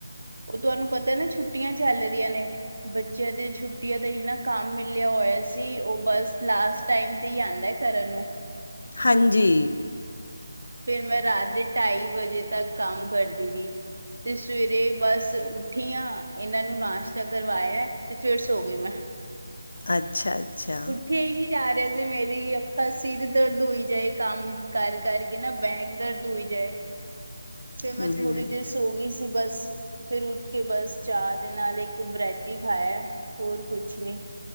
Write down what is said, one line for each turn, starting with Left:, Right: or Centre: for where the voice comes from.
Right: ਉਹ ਤੁਹਾਨੂੰ ਪਤਾ ਨਾ ਛੁੱਟੀਆਂ ਚੱਲ ਰੀਆਂ ਨੇ। ਬੱਚਿਆਂ ਦੇ ਛੁੱਟੀਆਂ ਦਾ ਇੰਨਾ ਕੰਮ ਮਿਲਿਆ ਹੋਇਆ ਸੀ ਉਹ ਬਸ ਲਾਸਟ ਟਾਈਮ ਤੇ ਹੀ ਆਉਂਦਾ ਕਰਨ ਨੂੰ।
Left: ਹਾਂਜੀ।
Right: ਫੇਰ ਮੈਂ ਰਾਤ ਦੇ ਢਾਈ ਵਜੇ ਤੱਕ ਕੰਮ ਕਰਦੀ ਰਹੀ। ਤੇ ਸਵੇਰੇ ਬਸ ਉੱਠੀ ਹਾਂ ਇਹਨਾਂ ਨੂੰ ਨਾਸ਼ਤਾ ਕਰਵਾਇਆ ਤੇ ਫਿਰ ਸੋ ਗਏ ਮੈਂ। <inaudible>
Left: ਅੱਛਾ ਅੱਛਾ।
Right: ਉੱਠਿਆ ਹੀ ਨਹੀਂ ਜਾ ਰਿਹਾ ਜੇ ਮੇਰੀ ਅੱਖਾਂ ਸਿਰ ਦਰਦ ਹੋਈ ਜਾਏ ਕੰਮ ਕਰ ਕਰਕੇ ਨਾ ਬੈਗ ਦਰਦ ਹੋਈ ਜਾਏ ਫਿਰ ਮੈਂ
Left: ਹਮ ਹਮ।
Right: ਥੋੜੀ ਦੇਰ ਸੋ ਗਈ ਸੀ ਬਸ। ਫੇਰ ਉੱਠ ਕੇ ਬਸ ਚਾਹ ਦੇ ਨਾਲ ਇੱਕ ਬ੍ਰੈਡ ਹੀ ਖਾਇਆ ਹੋਰ ਕੁਛ ਨੀ।